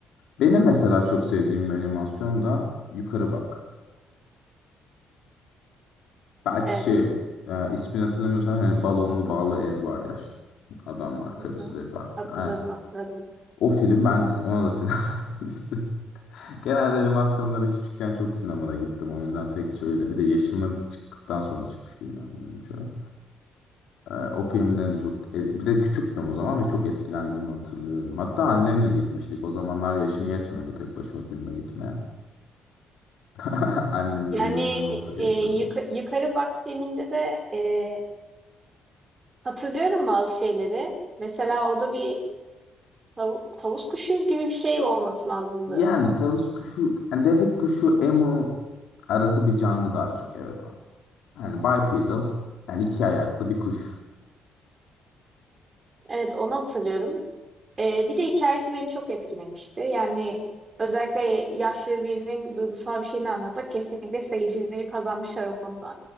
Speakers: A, on the left; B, on the right.
A: Benim mesela çok sevdiğim bir animasyon da Yukarı Bak. Belki
B: Evet.
A: şey e, ismini hatırlamıyorsan hani balonlu bağlı ev var ya, adam var karısı
B: Hı hı.
A: vefat
B: Hatırladım
A: ediyor.
B: hatırladım.
A: O film ben ona da sinemaya <laughs> gitmiştim. Genelde animasyonlara küçükken çok sinemada gittim. O yüzden pek şöyle. Bir de yaşımın çıktıktan sonra çıkmış filmler bunların çoğu. Ee, o filmden de çok... e, Bir de küçüktüm o zaman ve çok etkilendiğimi hatırlıyorum. Hatta annemle gitmiştik. O zamanlar yaşım yetmiyordu tek başıma filme gitmeye. <laughs> Annemin
B: Yani
A: yanında
B: e,
A: olması gerekiyordu.
B: e, Yuka- Yukarı Bak filminde de e, Hatırlıyorum bazı şeyleri. Mesela orada bir tavuk tavus kuşu gibi bir şey olması lazımdı.
A: Yani tavus kuşu, yani deve kuşu, emu arası bir canlı daha çok evet ama. Yani bipedal, yani iki ayaklı bir kuş.
B: Evet, onu hatırlıyorum. Ee, bir de hikayesi beni çok etkilemişti. Yani özellikle yaşlı birinin duygusal bir şeyini anlatmak kesinlikle seyircileri kazanmışlar o konuda.